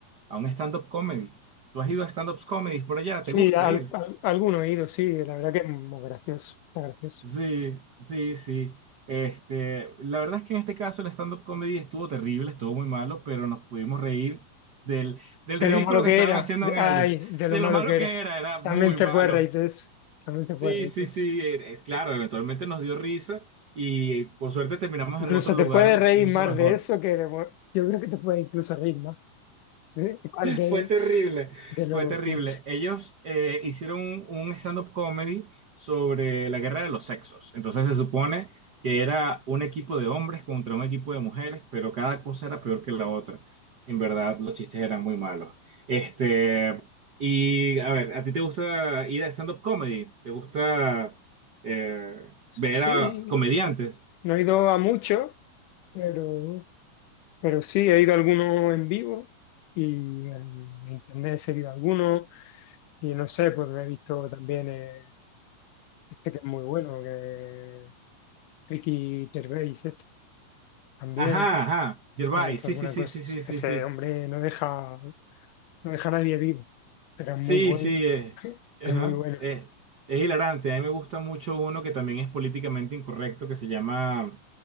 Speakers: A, on the right; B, on the left.
A: a un stand-up comedy. ¿Tú has ido a stand-up comedies por allá?
B: Sí,
A: ¿Te gusta
B: al,
A: ir?
B: al- alguno he ido, sí, la verdad que es muy gracioso, está gracioso.
A: Sí, sí, sí. Este, la verdad es que en este caso el stand-up comedy estuvo terrible, estuvo muy malo, pero nos pudimos reír del, del
B: De
A: ridículo
B: lo malo que
A: que estaban
B: era,
A: haciendo
B: de-
A: en
B: ay,
A: ellos.
B: de
A: Sí,
B: lo malo
A: lo malo
B: que
A: que
B: era.
A: era, era
B: También
A: muy
B: te
A: malo.
B: puedes reír de eso, también te
A: Sí,
B: puedes reír
A: sí,
B: de eso.
A: sí, eh, es claro, eventualmente nos dio risa y por suerte terminamos
B: Incluso
A: en otro lugar
B: te puedes reír
A: mucho
B: más
A: mejor.
B: de eso que de... bu- Yo creo que te puedes incluso reír más de, de,
A: Fue terrible,
B: de lo
A: fue terrible.
B: cutre.
A: Ellos eh, hicieron un, un stand-up comedy sobre la guerra de los sexos. Entonces se supone que era un equipo de hombres contra un equipo de mujeres, pero cada cosa era peor que la otra. En verdad, los chistes eran muy malos. Este, y a ver, ¿a ti te gusta ir a stand-up comedy? ¿Te gusta eh, ver
B: Sí,
A: a comediantes?
B: no he ido a mucho, pero... Pero sí, he ido a algunos en vivo y en internet he seguido algunos y no sé, pues he visto también eh, este que es muy bueno, que es Ricky Gervais, este también
A: Ajá, ajá. Gervais,
B: me he visto
A: sí,
B: alguna
A: sí, sí,
B: cosa.
A: sí, sí, sí,
B: Ese
A: sí.
B: hombre no deja, no deja a nadie vivo, pero es
A: Sí,
B: muy bueno,
A: sí, eh,
B: <laughs>
A: ajá,
B: es muy bueno.
A: eh, es hilarante. A mí me gusta mucho uno que también es políticamente incorrecto, que se llama